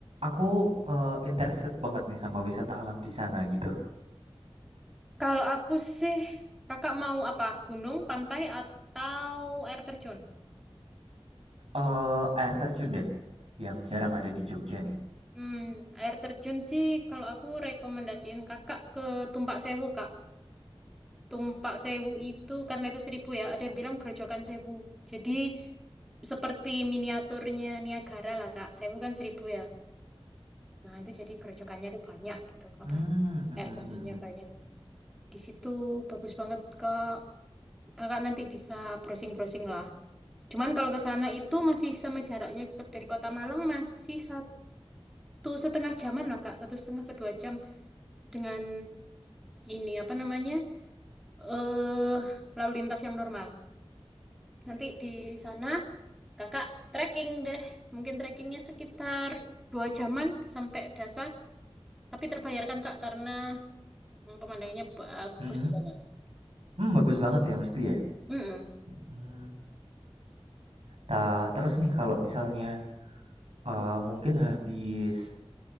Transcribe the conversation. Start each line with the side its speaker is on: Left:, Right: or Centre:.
Right: Aku eh, interested banget nih sama wisata alam di sana gitu.
Centre: Kalau aku sih, kakak mau apa? Gunung, pantai, atau air terjun?
Right: Eee, air terjun deh, yang jarang ada di Jogja nih.
Centre: Hmm, air terjun sih kalau aku rekomendasiin kakak ke Tumpak Sewu kak. Tumpak Sewu itu karena itu seribu ya, ada yang bilang Grojogan Sewu. Jadi seperti miniaturnya Niagara lah kak. Sewu kan seribu ya. Nah itu jadi gerojokannya tuh banyak gitu.
Right: Hmm,
Centre: Apa
Right: mhm mhm
Centre: air terjunnya
Right: mhm,
Centre: banyak. Di situ bagus banget kak. Kakak nanti bisa browsing-browsing lah. Cuman kalau ke sana itu masih sama jaraknya ke- dari Kota Malang masih satu setengah jaman lah kak. Satu setengah ke dua jam dengan ini apa namanya eh lalu lintas yang normal. Nanti di sana kakak trekking deh, mungkin trekkingnya sekitar dua jaman sampai dasar, tapi terbayarkan kak karena mm, pemandangannya bagus
Right: mhm,
Centre: banget.
Right: mmm, bagus banget ya mesti ya?
Centre: Mm-mm.
Right: Mhm. Ta terus nih kalau misalnya, eee, mungkin habis